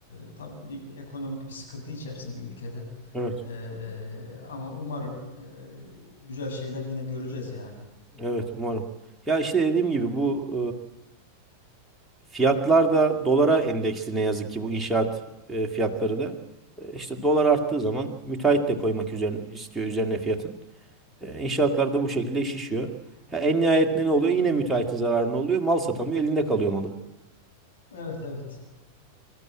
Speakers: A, on the left; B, in the centre.
A: E, tabii bir ekonomik bir sıkıntı içerisinde ülkede.
B: Evet,
A: E, e, ama umarım e, güzel şeyler yine göreceğiz yani.
B: evet umarım. Ya işte dediğim gibi bu e, fiyatlar da dolara endeksli ne yazık ki bu inşaat e, fiyatları da. E, işte dolar arttığı zaman müteahhit de koymak üzerine istiyor üzerine fiyatın. E, inşaatlar da bu şekilde şişiyor. Ha, en nihayetinde ne oluyor? Yine müteahhitin zararına oluyor. Mal satamıyor, elinde kalıyor malı.
A: Evet evet.